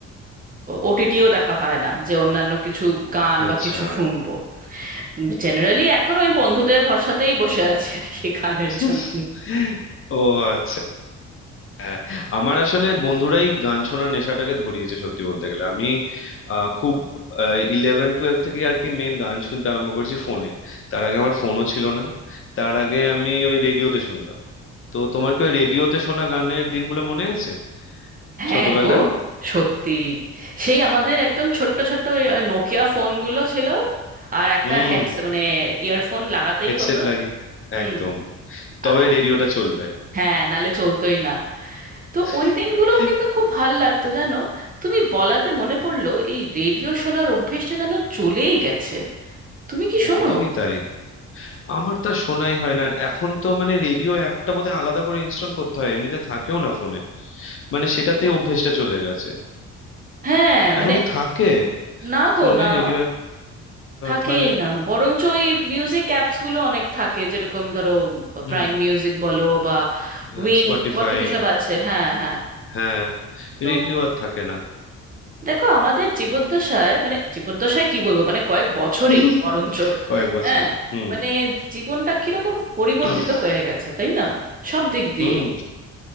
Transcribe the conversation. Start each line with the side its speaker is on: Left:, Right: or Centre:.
Right: ওটিটিও দেখা হয় না যে অন্যান্য কিছু গান
Left: আচ্ছা
Right: বা কিছু শুনবো জেনারেলি এখন ওই বন্ধুদের ভরসাতেই বসে আছি আর কি গানের
Left: <laughs>
Right: জন্য
Left: ও আচ্ছা হ্যাঁ। আমার আসলে বন্ধুরাই গান শোনার নেশাটাকে ধরিয়েছে সত্যি বলতে গেলে আমি আহ, খুব ইলেভেন টুয়েলভ থেকে আর কি মেন গান শুনতে আরম্ভ করেছি ফোনে তার আগে আমার ফোনও ছিল না তার আগে আমি ওই রেডিওতে শুনতাম তো তোমার কি ওই রেডিওতে শোনা গানের দিনগুলো মনে আছে
Right: হ্যাঁ
Left: ছোটবেলার
Right: গো সত্যি সেই আমাদের একদম ছোট্ট ছোট্ট ওই ওই নোকিয়া ফোনগুলো ছিল আর একটা
Left: হুম
Right: হেডস মানে ইয়ারফোন লাগাতেই
Left: হেডসেট
Right: হতো
Left: লাগে
Right: হুম
Left: একদম তবে
Right: আর
Left: রেডিওটা চলবে
Right: হ্যাঁ নালে চলতোই না তো
Left: <laughs>
Right: ওই দিনগুলো কিন্তু খুব ভাল লাগতো জানো তুমি বলাতে মনে পড়লো এই রেডিও শোনার অভ্যেসটা যেন চলেই গেছে তুমি কি শোনো
Left: একদমই তাই আমার তা শোনাই হয় না আর এখন তো মানে রেডিও অ্যাপটা বোধহয় আলাদা করে ইনস্টল করতে হয় এমনিতে থাকেও না ফোনে মানে সেটাতে অভ্যেসটা চলে গেছে
Right: হ্যাঁ মানে
Left: এখন কি থাকে
Right: না গো
Left: ফোনে
Right: না
Left: রেডিও অ্যাপ
Right: থাকেই
Left: তাহলে
Right: না বরঞ্চ ওই মিউজিক অ্যাপস গুলো অনেক থাকে যেরকম ধরো
Left: হুম
Right: প্রাইম মিউজিক বলো বা
Left: হ্যাঁ
Right: উইং
Left: স্পটিফাই
Right: কত কিসব আছে হ্যাঁ হ্যাঁ
Left: হ্যাঁ
Right: তো
Left: রেডিও আর থাকে না
Right: দেখো আমাদের জীবদ্দশায় মানে জীবদ্দশায় কি বলবো মানে কয়েক বছরেই
Left: <laughs>
Right: বরঞ্চ
Left: কয়েক বছরে
Right: হ্যাঁ
Left: হুম
Right: মানে জীবনটা কিরকম পরিবর্তিত
Left: <clears throat>
Right: হয়ে গেছে তাই না সব দিক দিয়ে
Left: হুম